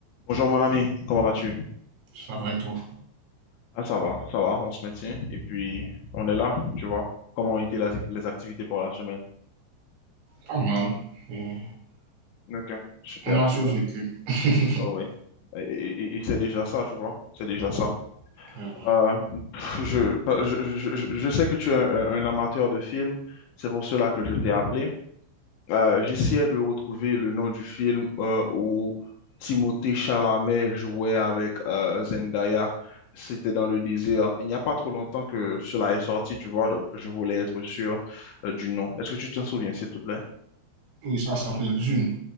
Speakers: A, on the left; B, on the right.
A: Bonjour mon ami, comment vas-tu?
B: Ça va et toi?
A: Ah ça va, ça va, on se maintient et puis on est là, tu vois. Comment ont été les, les activités pour la semaine?
B: Pas mal. Et
A: Ok, super,
B: on a
A: super.
B: survécu. <laughs>
A: Oh oui. Et, et- et- et c'est déjà ça, tu vois, c'est déjà ça.
B: Ouais.
A: Euh, pff, je, je, je, je je sais que tu es un, un amateur de films, c'est pour cela que je t'ai appelé. Euh, j'essayais de retrouver le nom du film euh, où Timothée Chalamet jouait avec euh, Zendaya. C'était dans le désert. Il n'y a pas trop longtemps que cela est sorti, tu vois, donc je voulais être sûr euh, du nom. Est-ce que tu t'en souviens, s'il te plaît?
B: Oui, ça s'appelle Dune.